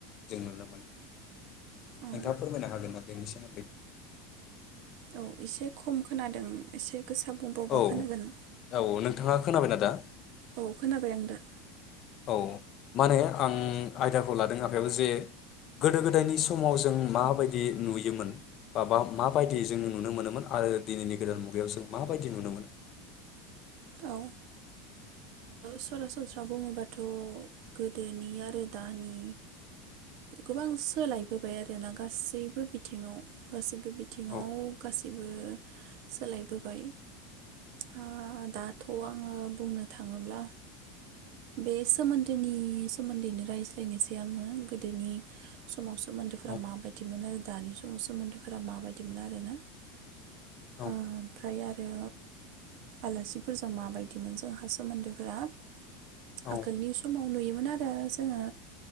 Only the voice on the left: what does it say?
जों नुनो मोनो
नोंथाङा फोरमायनो हागोन ना बेनि सोमोन्दै?
औ
औ नोंथाङा खोनाबायना दा?
औ माने आं आयदाखौ लादों आखायाव जे गोदो गोदायनि समाव जों माबायदि नुयोमोन बाबा माबायदि जोङो नुनो मोनो आरो दिनैनि गोदान मुगायाव जों माबायदि नुनो मोनो?
औ
औ
औ
औ